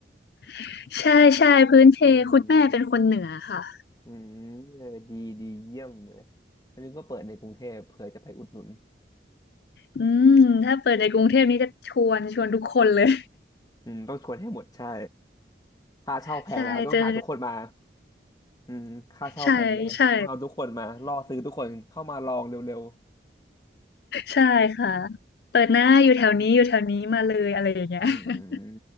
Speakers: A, on the left; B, on the left.
A: <laughs> ใช่ใช่พื้นเพคุณแม่เป็นคนเหนือค่ะ
B: อืมอืมเออดีดีเยี่ยมเลยแล้วนึกว่าเปิดในกรุงเทพเผื่อจะไปอุดหนุน
A: อืมถ้าเปิดในกรุงเทพนี้จะชวนชวนทุกคนเลย
B: อืมต้องชวนให้หมดใช่ค่าเช่าแพงแล้วต้องหาทุกคนมา
A: <laughs> ใช่เจอ
B: อืมค่าเช่าแพงแล้วต้องเอาทุกคนมาล่อซื้อทุกคนเข้ามาลองเร็ว
A: ใช่ใช่ใช่ค่ะเปิดหน้าอยู่แถวนี้อยู่แถวนี้มาเลยอะไรอย่างเงี้ย
B: ๆอืมอืมอืม
A: <laughs>